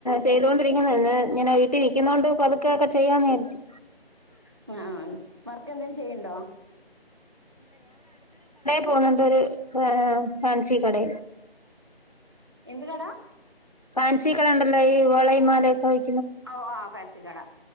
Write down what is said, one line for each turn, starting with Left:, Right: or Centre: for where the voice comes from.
Left: ചെയ്തോണ്ട് യിപ്പിങ്ങനെന്ന് ഇങ്ങനെ വീട്ടിൽനിക്കുന്നോണ്ട് പതുക്കെ ഒക്കെ ചെയ്യാന്ന് വിചാരിച്ച്
Right: <unintelligible> വർക്ക് എന്തേലും ചെയ്യ്ണ്ടോ
Left: പോണ്ണ്ടൊരു ഫാൻസി കടേല്
Right: എന്ത് കടാ
Left: ഫാൻസികടണ്ടല്ലോ ഈ വളേംമാലയൊക്കെ വി
Right: ഔ ആ ഫാൻസി കട